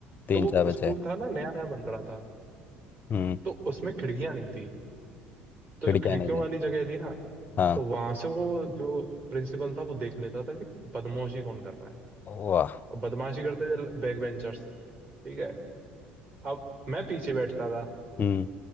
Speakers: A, on the left; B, on the right.
A: तीन
B: तो वो
A: चार बच्चे
B: स्कूल था ना नया नया बन रहा था
A: हम्म
B: तो उसमें खिड़कियां नहीं थी तो
A: खिड़कियाँ
B: जो खिड़कियों
A: नहीं थी
B: वाली जगह थी ना
A: हाँ
B: तो वहां से वो जो प्रिंसिपल था वो देख लेता था कि बदमाशी कौन कर रहा है
A: वाह
B: और बदमाशी करते थे बैक बेंचर्स ठीक है अब मैं पीछे बैठता था
A: हम्म